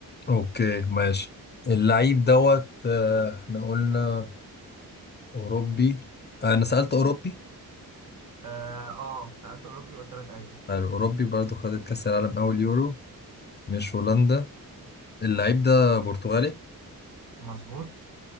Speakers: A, on the left; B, on the right.
A: اوكي ماشي اللعيب دوت آه، احنا قلنا أوروبي آه، انا سألت
B: مظبوط.
A: أوروبي
B: اه اه سألت اوروبي وقلت لك ايوه
A: آه، الأوروبي برضو خدت كأس العالم أول يورو مش هولندا اللعيب ده برتغالي
B: مظبوط